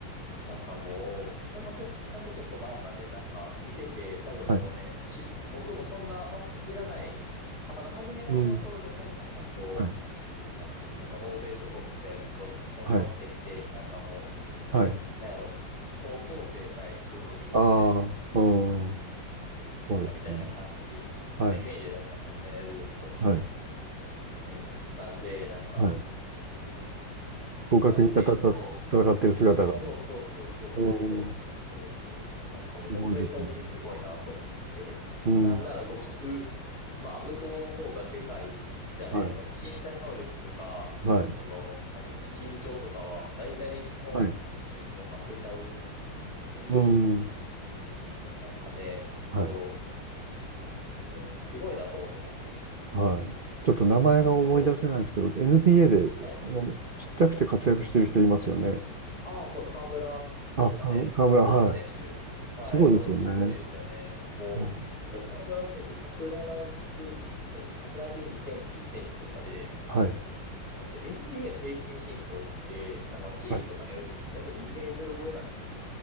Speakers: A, on the left; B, on the right.
A: なんかもう、ほんまちょ、ほんとちょっと前までなんか見てて、多分もうね、
B: はい、
A: し、僕もそんなバスケ知らない、はまだ始めたての頃でも、
B: うん、
A: なんかこ
B: はい、
A: う、あその欧米諸国ってやると、日本のバスケって、
B: はい、
A: なんかも
B: はい。
A: う、うん、なんやろ、高校生対プロリーグみたいな、
B: あー、うん、そうですね。
A: なんかみたいな感じのイメージだったんですよね、
B: はい、
A: ずっと。
B: はい。
A: うん。なんで、なんか、
B: はい。
A: うん、
B: 互角に戦った戦ってる姿が。
A: なんかね、こう、そうそうそうそうそうそうそう。
B: うん。
A: そうです、そうです。なんかもう本当に最近すごいなと思って。
B: すごいですよね。うん。
A: なんなら互角、まあ向こうの方がでかいじゃないですか。
B: は
A: もう身体能力とか、
B: い。はい。
A: その、なんですか、身長とかはもう大体日本人ね、
B: はい。
A: 負けちゃうのに、
B: うん。は
A: なんかね、そ
B: い。
A: う、うん、すごいなと思って本当に。
B: はい。ちょっと名前が思い出せないんですけど、
A: うんなんかこ
B: NBA で、
A: う、はい。
B: そのちっちゃくて活躍してる人いますよね。
A: ああ、そう、河村ですかね。
B: あ、か河村、
A: 河村選手。
B: はい。
A: はい。
B: すごいですよね。
A: おすごいですよね。もう、
B: うん。
A: 河村選手170センチ、172センチ、1センチとかで、
B: はい。
A: だって NBA の平均身長って、なんかチームとかによるんですけど、
B: はい。
A: だって2メートル超えなんですよ。